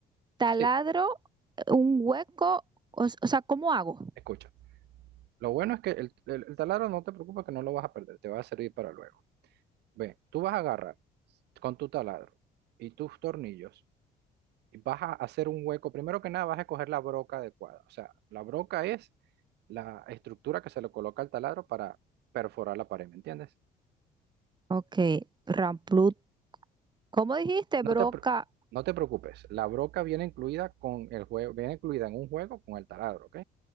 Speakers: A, on the right; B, on the right.
A: ¿taladro
B: Sí,
A: eh, un hueco? O, s- o sea, ¿cómo hago?
B: escucha. Lo bueno es que el, el- el taladro no te preocupes que no lo vas a perder, te va a servir para luego. Ve, tú vas a agarrar con tu taladro y tus tornillos vas a hacer un hueco, primero que nada vas a escoger la broca adecuada. O sea, la broca es la estructura que se le coloca al taladro para perforar la pared, ¿me entiendes?
A: Ok, ramplut. ¿Cómo dijiste, broca?
B: No te, pre- no te preocupes, la broca viene incluida con el juego, viene incluida en un juego con el taladro, ¿ok?